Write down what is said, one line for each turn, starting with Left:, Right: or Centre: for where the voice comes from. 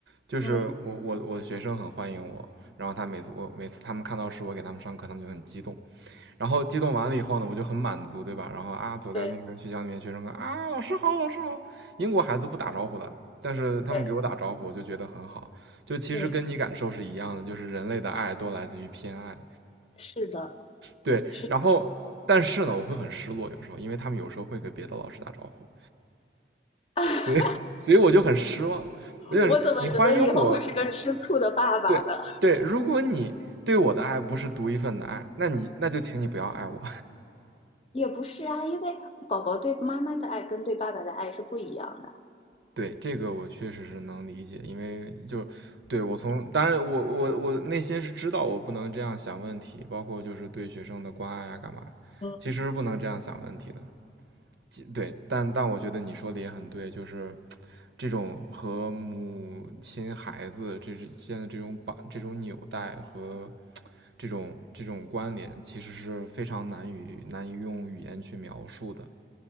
Right: 就是我我我的学生很欢迎我，
Left: 嗯，
Right: 然后他每次我每次他们看到是我给他们上课，他们就很激动，然后激动完了以后呢，我就很满足，对吧？然后啊，走在那个学校里面，
Left: 对
Right: 学生说啊，老师好，老师好。英国孩子不打招呼的，但是他们给我打招呼，
Left: 对
Right: 我就觉得很好。就其实跟你感受是一样的，
Left: 对，
Right: 就是人类的爱都来自于偏爱。
Left: 是的。
Right: 对，
Left: 是，
Right: 然后但是呢，我会很失落，有时候，因为他们有时候会给别的老师打招呼，
Left: <laughs>
Right: 所以 <laughs> 所以我就很失望。我就是你欢迎我，
Left: 我怎么觉得以后会是个吃醋的爸爸的？
Right: 对对，如果你对我的爱不是独一份的爱，那你那就请你不要爱我。
Left: 也不是啊，因为宝宝对妈妈的爱跟对爸爸的爱是不一样的。
Right: 对，这个我确实是能理解，因为就对我从当然我我我内心是知道我不能这样想问题，包括就是对学生的关爱呀、干嘛，
Left: 嗯。
Right: 其实是不能这样想问题的。其对，但但我觉得你说的也很对，就是这种和母亲、孩子这之间的这种绑、这种纽带和这种这种关联，其实是非常难以难以用语言去描述的。